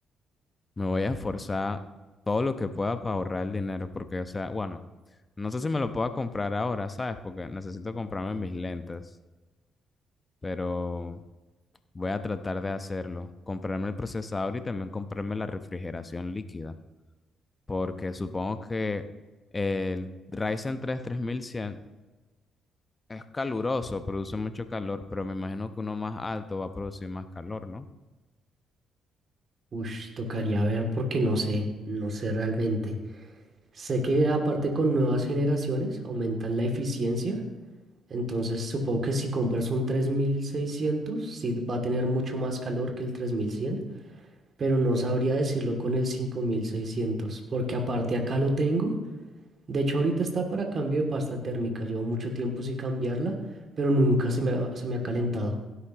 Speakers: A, on the left; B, on the right.
A: me voy a esforzar todo lo que pueda para ahorrar el dinero. Porque, o sea, bueno, no sé si me lo pueda comprar ahora, ¿sabes? Porque necesito comprarme mis lentes. Pero. Voy a tratar de hacerlo, comprarme el procesador y también comprarme la refrigeración líquida, porque supongo que el Ryzen tres tres mil cien es caluroso, produce mucho calor, pero me imagino que uno más alto va a producir más calor, ¿no?
B: Ush, tocaría ver porque no sé, no sé realmente. Sé que aparte con nuevas generaciones aumentan la eficiencia, entonces supongo que si compras un 3600 sí va a tener mucho más calor que el tres mil cien, pero no sabría decirlo con el cinco mil seiscientos porque aparte acá lo tengo. De hecho, ahorita está para cambio de pasta térmica. Llevo mucho tiempo sin cambiarla, pero nunca se me ha, se me ha calentado.